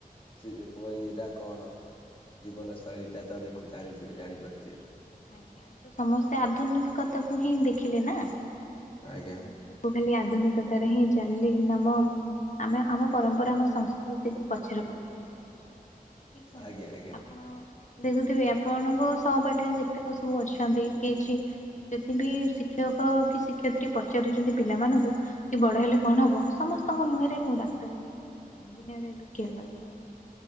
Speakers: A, on the left; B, on the left.
A: ସେ କୁହ ଏଟା କଣ? ଜୀବନଶୈଳୀ ଟା ତ ଦେଖୁ ଜାଣିଥିବେ ଜାଣିପାରୁଥିବେ।
B: ଆଜ୍ଞା ତ ସମସ୍ତେ ଆଧୁନିକତା କୁ ହିଁ ଦେଖିଲେ ନା। ବହୁତ
A: ଆଜ୍ଞା
B: ଲୋକ ଖାଲି ଆ ଆଧୁନିକତାରେ ହିଁ ଚାଲିଲେ କିନ୍ତୁ ଆମ ଆମେ ଆମ ପରମ୍ପରା ଆମ ସଂସ୍କୃତିକୁୁ ପଛରେ ପକେଇ ଦେଇଛୁ। ଠିକ ନା
A: ଆଜ୍ଞା
B: ନାଇଁ
A: ଆଜ୍ଞା
B: ଆପଣ ଦେଖୁଥିବେ ଆପଣଙ୍କ ସହପାଠୀରେ ଯେ କେତେକ ସବୁ ଅଛନ୍ତି କିଛି ଯଦି ବି ଶିକ୍ଷକ କି ଶିକ୍ଷୟତ୍ରୀ ପଚାରୁଛନ୍ତି ପିଲାମାନଙ୍କୁ। ହବୁ କି ବଡ ହେଲେ କଣ ହବ ସମସ୍ତଙ୍କ ମୁହଁରେ ମୁଁ ଡାକ୍ତର ହେବି କି ଇଂଜିନିୟର କିଏ କହିବ ମୁଁ